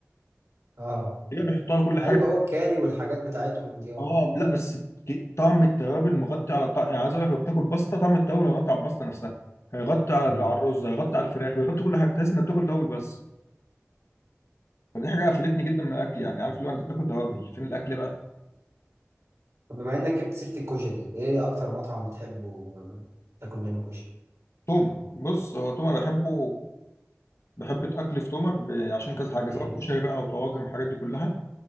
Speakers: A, on the right; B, on the left.
A: اه
B: يبقى بيحطوها على كل حاجه
A: ايوه هو الكاري والحاجات بتاعتهم دي اه
B: اه لا بس ك- طعم التوابل مغطي على طعم يعني عايز اقول لك لو بتاكل باستا طعم التوابل هيغطي على الباستا نفسها هيغطي على
A: مم.
B: على الرز هيغطي على الفراخ ويغطي كل حاجه تحس انك بتاكل توابل بس فدي حاجه قفلتني جدا من الاكل يعني عارف اللي هو انت بتاكل توابل
A: مم.
B: فين الاكل بقى
A: طب بما انك جبت سيرة الكشري ايه اكتر مطعم بتحبه آه، تاكل منه كشري
B: تومه بص هو تومه بحبه بحب الاكل في تومه ب- عشان كذا حاجه
A: امم
B: سواء كشري بقى او طواجن والحاجات دي كلها